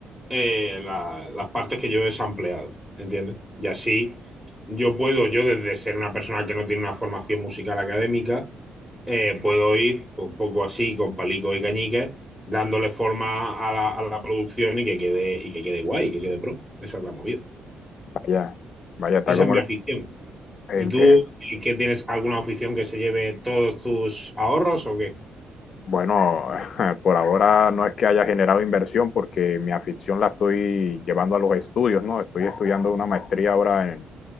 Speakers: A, in the centre; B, on the left.
A: eh, la- las partes que yo he sampleado, ¿entiendes? Y así yo puedo, yo desde ser una persona que no tiene una formación musical académica, eh, puedo ir un poco así con palicos y cañicas dándole forma a la, a la producción y que quede, y que quede guay, que quede pro. Esa es la movida.
B: Vaya, vaya, tal
A: Esa
B: como
A: es mi
B: lo
A: afición.
B: entiendo.
A: ¿Y tú qué qué tienes alguna afición que se lleve todos tus ahorros o qué?
B: Bueno, <laughs> por ahora no es que haya generado inversión porque mi afición la estoy llevando a los estudios, ¿no? Estoy estudiando una maestría ahora en